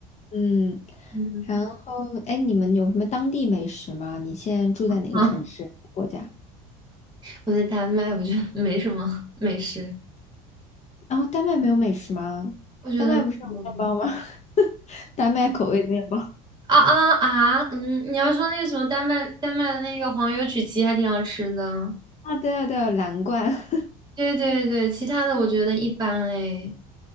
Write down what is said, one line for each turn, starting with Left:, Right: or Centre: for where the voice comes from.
Left: 嗯，
Right: 嗯，
Left: 然后哎，你们有什么当地美食吗？你现在住在哪个城市、
Right: <laughs> 啊，
Left: 国家？
Right: 我在丹麦，我觉得没什么 <laughs> 美食，
Left: 然后丹麦没有美食吗？
Right: 我觉得没有。
Left: 丹麦不是有面包吗？<laughs> 丹麦口味的面包
Right: 啊啊啊！嗯，你要说那个什么丹麦丹麦的那个黄油曲奇还挺好吃的，
Left: 啊，对啊，对啊，蓝罐。<laughs>
Right: 对对对，其他的我觉得一般哎。